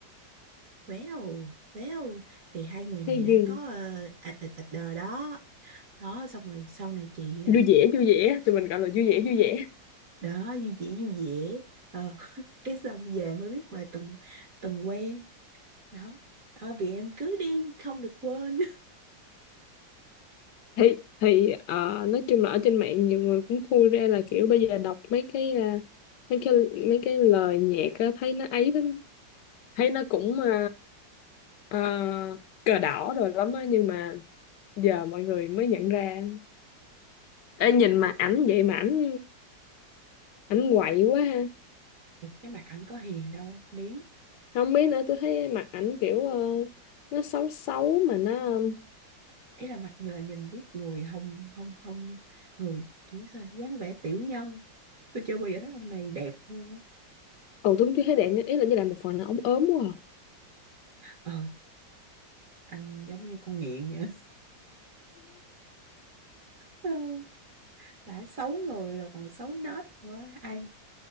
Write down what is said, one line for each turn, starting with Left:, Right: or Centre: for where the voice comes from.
Right: véo véo thì hai người này
Left: thấy
Right: đã
Left: ghê
Right: có ờ, ạch ạch ạch đờ đó đó xong rồi sau này chị ờ,
Left: vui vẻ vui vẻ tụi mình gọi là vui vẻ vui vẻ
Right: đó vui vẻ vui vẻ ờ, <laughs> cái xong về mới biết bài từng từng quen đó ờ, vì em cứ đi không được quên
Left: thì thì ờ, nói chung là ở trên mạng nhiều người cũng khui ra là kiểu
Right: <laughs>
Left: bây giờ đọc mấy cái à, mấy cái mấy cái lời nhạc á, thấy nó ấy lắm thấy nó cũng ờ, ờ, cờ đỏ rồi lắm á nhưng mà giờ mọi người mới nhận ra Ê, nhìn mặt ảnh vậy mà ảnh ảnh quậy quá ha
Right: cái mặt ảnh có hiền đâu ní
Left: không biết nữa tôi thấy mặt ảnh kiểu ờ, nó xấu xấu mà nó
Right: ý là mặt người nhìn biết người không không không người kiểu sao dáng vẻ tiểu nhân tôi chưa bao giờ thấy ông này đẹp luôn á
Left: ừ tôi cũng chưa thấy đẹp nhưng ý là như là một phần là ống ốm quá à.
Right: ờ anh giống như con nghiện vậy Ừ, <laughs> đã xấu người rồi còn xấu nết nữa ai